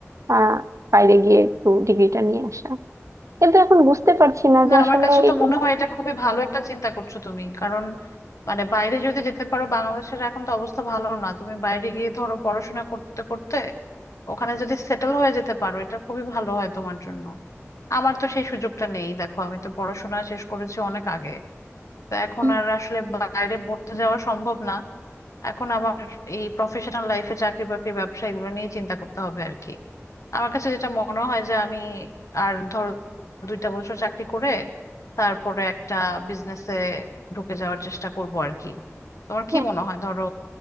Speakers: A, on the right; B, on the left.
A: আহ বাইরে গিয়ে একটু ডিগ্রিটা নিয়ে আসা কিন্তু এখন বুঝতে পারছি না যে
B: না
A: আসলে
B: আমার কাছে
A: এই
B: তো মনে হয় এটা খুবই ভালো একটা চিন্তা করছো তুমি কারণ মানে বাইরে যদি যেতে পারো বাংলাদেশের এখন তো অবস্থা ভালো না তুমি বাইরে গিয়ে ধরো পড়াশোনা করতে করতে ওখানে যদি সেটেল হয়ে যেতে পারো এটা খুবই ভালো হয় তোমার জন্য আমার তো সেই সুযোগটা নেই দেখো আমি তো পড়াশোনা শেষ করেছি অনেক আগে তো এখন
A: মানে
B: আর আসলে বাইরে পড়তে যাওয়া সম্ভব না এখন আবার এই প্রফেশনাল লাইফে চাকরি বাকরি ব্যবসা এগুলো নিয়ে চিন্তা করতে হবে আর কি আমার কাছে যেটা মনে হয় যে আমি আর ধরো দুইটা বছর চাকরি করে তারপরে একটা বিজনেসে ঢুকে যাওয়ার চেষ্টা করব আর কি তোমার কি
A: হ্যাঁ
B: মনে হয় ধরো